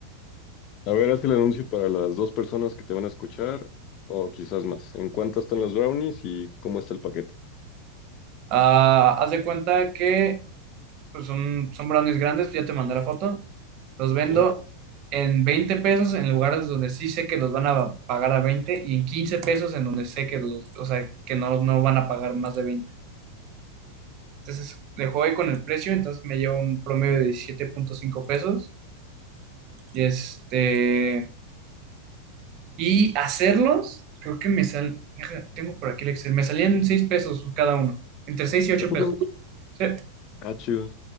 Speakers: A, on the left; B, on the right.
A: A ver, haz el anuncio para las dos personas que te van a escuchar, o quizás más. ¿En cuánto están los brownies y cómo está el paquete?
B: Ah, haz de cuenta que pues son, son brownies grandes, ya te mandé la foto, los vendo
A: Ajá.
B: en 20 pesos en lugares donde sí sé que los van a pagar a veinte y en 15 pesos en donde sé que los, o sea, que no, no van a pagar más de veinte Entonces le jugué con el precio, entonces me llevo un promedio de diecisiete punto cinco pesos. Y este, y hacerlos, creo que me sal, deja, tengo por aquí el Excel, me salían 6 pesos cada uno, entre 6 y 8
A: ¿A poco?
B: pesos, ¿sí?
A: Ah, chido.